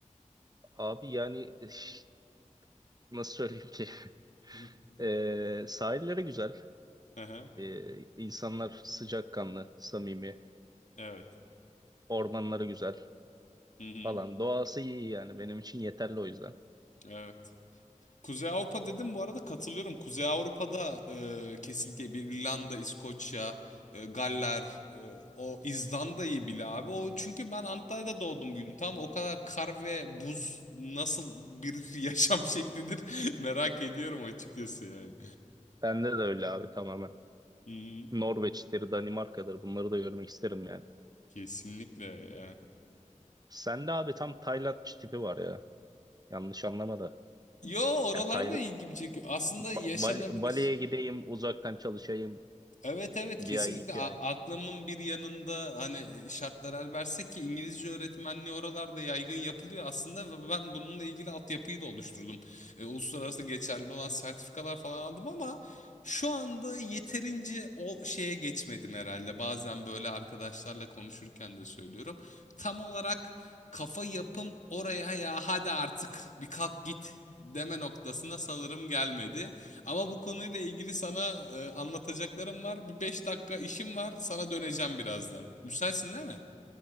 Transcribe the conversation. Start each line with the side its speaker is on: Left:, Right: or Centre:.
Right: abi yani iş- nasıl söyleyeyim ki? <laughs>
Left: Hı
Right: Ee, sahilleri güzel.
Left: hı.
Right: Ee, insanlar sıcakkanlı, samimi,
Left: Evet.
Right: ormanları güzel
Left: Hı hı.
Right: falan. Doğası iyi yani benim için yeterli o yüzden.
Left: Evet. Kuzey Avrupa dedim bu arada katılıyorum. Kuzey Avrupa'da e, kesinlikle bir İrlanda, İskoçya, e, Galler, e, o İzlanda'yı bile abi. O çünkü ben Antalya'da doğdum büyüdüm. Tamam o kadar kar ve buz nasıl bir <laughs> yaşam şeklidir <laughs> merak ediyorum açıkçası yani.
Right: Bende de öyle abi tamamen.
Left: Hı hı.
Right: Norveç'tir, Danimarka'dır bunları da görmek isterim yani.
Left: Kesinlikle yani.
Right: Sende abi tam Tayland tipi var ya. Yanlış anlama da.
Left: Yo oralarda
Right: Yani Tay
Left: ilgimi çekiyor. Aslında
Right: Ba-
Left: yaşanabilir.
Right: Bali- Bali'ye gideyim, uzaktan çalışayım,
Left: Evet evet
Right: Bir
Left: kesinlikle
Right: ay, iki
Left: A-
Right: ay.
Left: aklımın bir yanında hani e, şartlar el verse ki İngilizce öğretmenliği oralarda yaygın yapılıyor aslında ve ben bununla ilgili altyapıyı da oluşturdum. E, uluslararası geçerli olan sertifikalar falan aldım ama şu anda yeterince o şeye geçmedim herhalde. Bazen böyle arkadaşlarla konuşurken de söylüyorum. Tam olarak kafa yapım oraya ya hadi artık bir kalk git deme noktasına sanırım gelmedi. Ama bu konuyla ilgili sana e, anlatacaklarım var. Bir 5 dakika işim var. Sana döneceğim birazdan. Müsaitsin değil mi?